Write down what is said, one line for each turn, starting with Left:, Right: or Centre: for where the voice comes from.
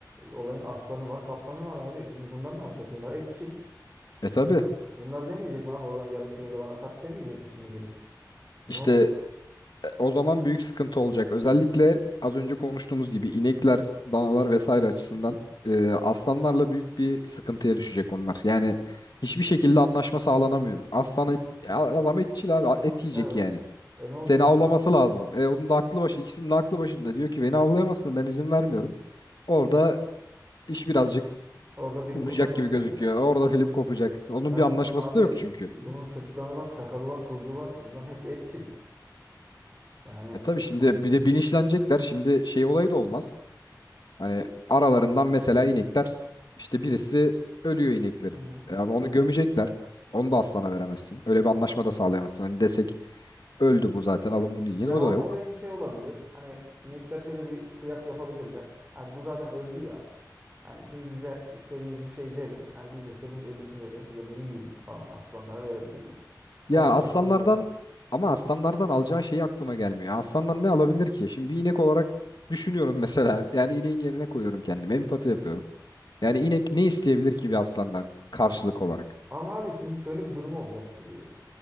Right: Olayın aslanı var, kaplanı var abi. Şimdi bunlar ne yapacak? Bunlar etçil.
Left: E tabii
Right: Bunlar, bunlar demeyecek mi abi? Oradan yarım kilo da bana tart demeyecek mi şimdi gelip? Ne
Left: işte
Right: olacak?
Left: e, o zaman büyük sıkıntı olacak. Özellikle az önce konuştuğumuz gibi inekler, danalar vesaire açısından
Right: Hı hı.
Left: e, aslanlarla büyük bir sıkıntıya düşecek onlar. Yani hiçbir şekilde anlaşma sağlanamıyor. Aslan et, ya adam etçil abi et yiyecek
Right: Evet.
Left: yani.
Right: E ne olacak
Left: Seni avlaması
Right: şimdi?
Left: lazım. E, onun da aklı başı, ikisinin de aklı başında. Diyor ki beni avlayamazsın ben izin vermiyorum. Orada iş birazcık
Right: Orada film
Left: uzayacak
Right: kopacak
Left: gibi gözüküyor.
Right: yani.
Left: Orada film kopacak. Onun
Right: Yani
Left: bir anlaşması
Right: bunun abi
Left: da yok çünkü.
Right: bunun sırtlanı var, çakalı var, kurdu var. Bunların hepsi etçil. Yani.
Left: E tabii şimdi bir
Right: Hı.
Left: de bilinçlenecekler. Şimdi şey olayı da olmaz. Hani aralarından mesela inekler işte birisi ölüyor ineklerin.
Right: hı.
Left: E, ama onu gömecekler. Onu da aslana veremezsin. Öyle bir anlaşma da sağlayamazsın. Hani desek öldü bu zaten alın bunu yiyin
Right: Ya
Left: o
Right: orada
Left: da yok.
Right: belki şey olabilir. Hani inekler şöyle bir kıyak yapabilirler. Hadi bu zaten öldü ya. Yani siz bize istediğimiz bir şey verin. Yani biz de size bunun ölüsünü verelim. Siz de bunu yiyin falan aslanlara verebilirler.
Left: Ya
Right: Onun karşılığında
Left: aslanlardan ama aslanlardan alacağı şey aklıma gelmiyor. Aslandan ne alabilir ki? Şimdi bir inek olarak düşünüyorum <laughs> mesela. Yani ineğin yerine koyuyorum kendimi. Empati yapıyorum.
Right: da.
Left: Yani inek ne isteyebilir ki bir aslandan karşılık olarak?
Right: Ama abi şimdi şöyle bir durum olacak. Ee,